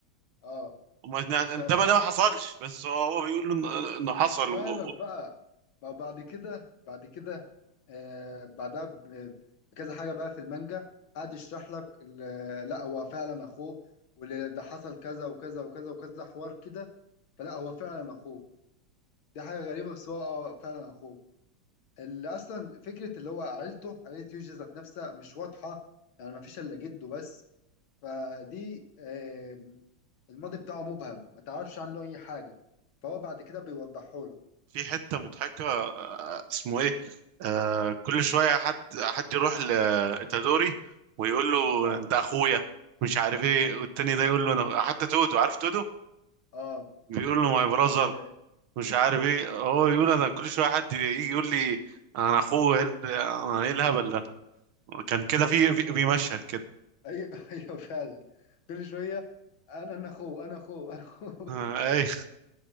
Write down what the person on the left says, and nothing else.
اه
بس
افهمك
بقى ما هو بعد كده بعد كده آه بعدها ب- بكذا حاجه بقى في المانجا قعد يشرح لك ال- لا هو فعلا اخوه واللي ده حصل كذا وكذا وكذا وكذا حوار كده فلا هو فعلا اخوه دي حاجه غريبه بس هو اه فعلا اخوه اللي اصلا فكره اللي هو عيلته عيله يوجي ذات نفسها مش واضحه يعني ما فيش الا جده بس فدي آه الماضي بتاعه مبهم ما تعرفش عنه اي حاجه فهو بعد كده بيوضحه لك
اه
اه
ال... <laughs>
ايوه ايوه فعلا كل شويه انا انا اخوه انا اخوه انا اخوه
<laughs>